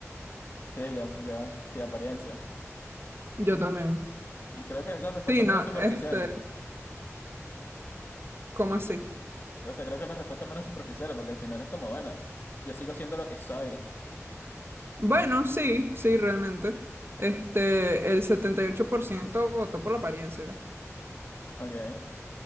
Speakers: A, on the left; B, on the right.
A: Sí, ya, ya, sí, apariencia.
B: yo también.
A: Y creo que es la respuesta
B: Sí, no,
A: menos superficial,
B: este, ¿cómo así?
A: O sea, creo que la respuesta es menos superficial porque al final es como, bueno, yo sigo siendo lo que soy.
B: Bueno, sí, sí, realmente. Este, el 78% votó por la apariencia.
A: Ok.